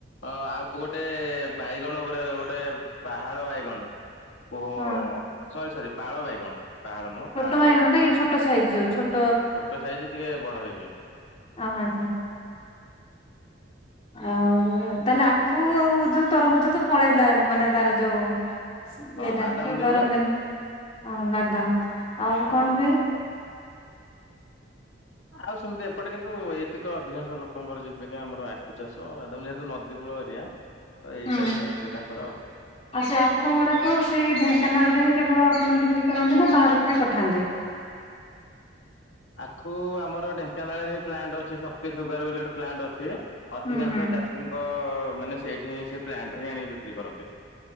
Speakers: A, on the left; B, on the left.
A: ହଁ ଆଉ ଗୋଟେ ଏ ଏ ଏ ବାଇଗଣ ଉପରେ ଗୋଟେ ପାହାଳ ବାଇଗଣ ପୋ ଅ
B: ହଁ
A: ଅ ସରି ସରି ପାଳ ବାଇଗଣ। ପାହାଳ ନୁହଁ
B: ଛୋଟ
A: ପାଳ
B: ବାଇଗଣ ଟାକି ଛୋଟ ସାଇଜ ଯୋଉ ଛୋଟ
A: ଛୋଟ ସାଇଜି ଟିକେ ବଡ଼ ହେଇକି।
B: ଅ ହାଁ ଚ୍ଛା। ଆଉ ତାହେଲେ ଆଖୁ ଆଉ ଯୋଉ ତରଭୁଜ ତ ପଳେଇଲା ମାନେ ତାର ଯୋଉ
A: ହଁ
B: ଇଏଟା
A: ବାଦାମ
B: ତ
A: ବି
B: ଗରମ
A: ହୁଏ
B: ଦିନେ ଆଉ ବାଦାମ ଆଉ
A: ହଁ
B: କଣ ହୁଏ?
A: ଆଉ ସେମତି ଏପଟେ କିନ୍ତୁ ଏଇଠିତ ଅଧିକାଂଶ ଲୋକଙ୍କର ଜୀବିକା ଆମର ଆଖୁ ଚାଷ ବାଦାମ ଯେହେତୁ ନଦ ନଦୀକୂଳ ଏରିଆ ତ ଏଇଟା
B: ହୁଁ।
A: ମେନଲି ତାଙ୍କର ଆଉ।
B: ଆଉ ସେ ଆଖୁ ଗୁଡ଼ାକ ସେଇ ଢ଼େଙ୍କାନାଳରେ ହି କେବଳ ଆପଣ ବିକ୍ରି କରନ୍ତି ନା ବାହାରକୁ ବି ପଠାନ୍ତି?
A: ଆଖୁ ଆମର ଢେଙ୍କାନାଳେରେ ହିଁ ପ୍ଲାଣ୍ଟ ଅଛି ଶକ୍ତି ସୁଗାରୁ ବୋଲି ଗୋଟେ ପ୍ଲାଣ୍ଟ ଅଛି ଅଧିକାଂଶ
B: ହୁଁ ହୁଁ।
A: ଚାଷୀଙ୍କ ଅ ଅ ମାନେ ସେଇଠିଁ ସେ ପ୍ଲାଣ୍ଟରେ ହିଁ ଆଣିକି ବିକ୍ରି କରନ୍ତି।